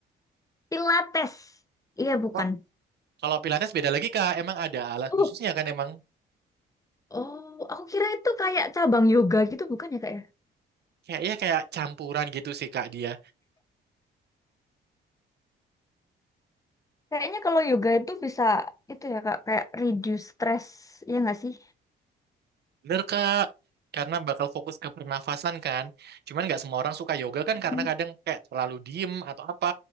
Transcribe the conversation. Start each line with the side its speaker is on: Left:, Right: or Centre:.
Left: Pilates iya bukan
Right: Oh, Kalau Pilates beda lagi Kak, emang ada alat
Left: oh
Right: khususnya kan emang.
Left: oh aku kira itu kayak cabang yoga gitu bukan ya kak ya
Right: Kayak ya kayak campuran gitu sih Kak dia.
Left: kayaknya kalau yoga itu bisa itu ya kak kayak reduce stress ya nggak sih
Right: Bener Kak, karena bakal fokus ke pernafasan kan. Cuman nggak semua orang suka yoga kan
Left: Hmm,
Right: karena kadang kayak terlalu diem atau apa.